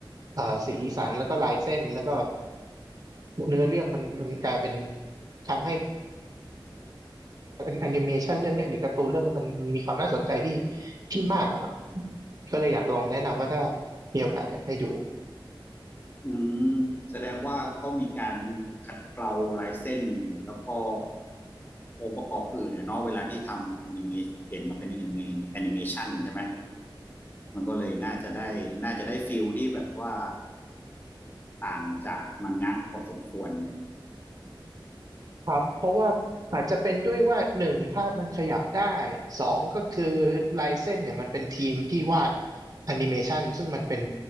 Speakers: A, on the right; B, on the left.
A: เอ่อสีสันแล้วก็ลายเส้น แล้วก็เนื้อเรื่องมันมันกลายเป็นทำให้แอนิเมชันเรื่องเนี้ยหรือการ์ตูนเรื่องนั้นมันมันมีความน่าสนใจที่ที่มากอะครับก็เลยอยากลองแนะนำว่าถ้ามีโอกาสอยากให้ดู
B: อืมแสดงว่าเขามีการขัดเกลาลายเส้นแล้วก็องค์ประกอบอื่นอะเนาะเวลาที่ทำแอนิเมเปลี่ยนมาเป็นแอนิเมแอนิเมชันใช่ไหมมันก็เลยน่าจะได้น่าจะได้ฟิลที่แบบว่าต่างจากมังงะพอสมควร
A: ครับเพราะว่าอาจจะเป็นด้วยว่าหนึ่งภาพมันขยับได้สองก็คือลายเส้นเนี่ยมันเป็นทีมที่วาดแอนิเมชันซึ่งมันเป็น